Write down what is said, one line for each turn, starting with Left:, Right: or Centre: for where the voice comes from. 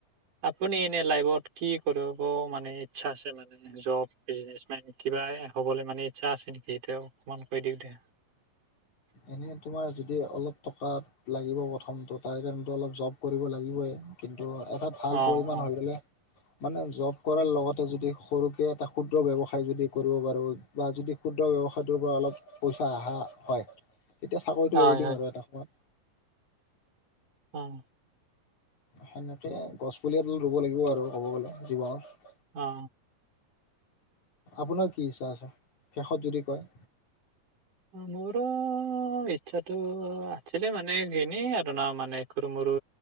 Right: আপুনি ইনে লাইফত কি কৰিব মানে ইচ্ছা আছে মানে? জব বিজনেছ মেন কিবা হ'বলৈ মানে ইচ্ছা আছে নেকি এতিয়া অকণমান কৈ দিওঁ দে <inaudible>
Left: এনে তোমাৰ যদি অলপ টকা লাগিব প্ৰথমতটো তাৰ কাৰণো অলপ জব কৰিব লাগিবই কিন্তু এটা ভাল
Right: অ'
Left: পৰিমাণ
Right: অ'
Left: হৈ গলে - মানে জব কৰাৰ লগতে যদি সৰুকে এটা ক্ষুদ্ৰ ব্যৱসায় যদি কৰিব পাৰোঁ বা যদি ক্ষুদ্ৰ ব্যৱসায়টোৰ পৰা অলপ পইচা অহা হয় তেতিয়া চাকৰিতটো
Right: হয়
Left: এৰি
Right: হয়
Left: দিম আৰু এটা সময়ত
Right: ওম
Left: সেনেকে গছ পুলি ৰুব লাগিব আৰু ক'ব গ'লে জীৱনত
Right: অ
Left: আপোনাৰ কি ইচ্ছা আছে শেষত যদি কয়?
Right: মোৰ অ ইচ্ছাতো আছিলে মানে ইনেই আৰু ন মানে সৰু মৰু।